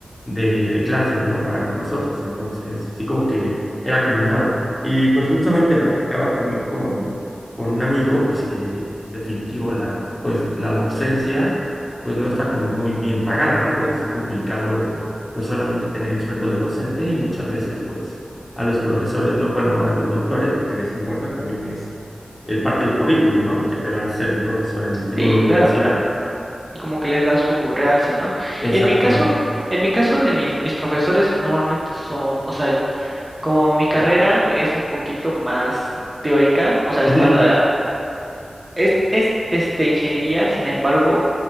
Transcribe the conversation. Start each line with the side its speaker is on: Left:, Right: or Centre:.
Left: de, de clases, ¿no? Para con nosotros. Entonces, sí como que era combinado. Y pues justamente platicaba también con, con un amigo, pues que definitivo la, pues, la docencia pues no está como muy bien pagada, ¿no? Es complicado pues solamente tener el sueldo de docente y muchas veces pues a los profesores, lo, bueno, a los doctores lo que les importa también es el parte del currículum, ¿no? Que te da ser un profesor en, en
Right: Sí,
Left: una universidad.
Right: claro. como que les da su realce, ¿no?
Left: Exacto.
Right: En mi caso, en mi caso de mis, mis profesores normalmente son, o sea, como mi carrera es un poquito más teórica, o sea,
Left: Ujú.
Right: es, a la- es, es, este, ingeniería, sin embargo,